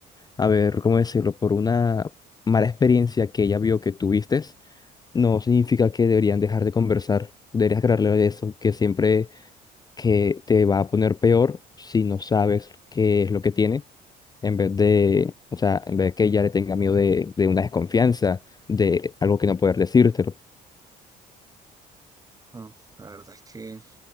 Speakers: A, on the left (about 25°); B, on the right (about 20°).
A: a ver, ¿cómo decirlo? Por una mala experiencia que ella vio que tuviste, no significa que deberían dejar de conversar. Deberías aclararle de eso, que siempre que te va a poner peor si no sabes qué es lo que tiene en vez de, o sea, en vez de que ella le tenga miedo de, de una desconfianza, de algo que no poder decírtelo.
B: No, la verdad es que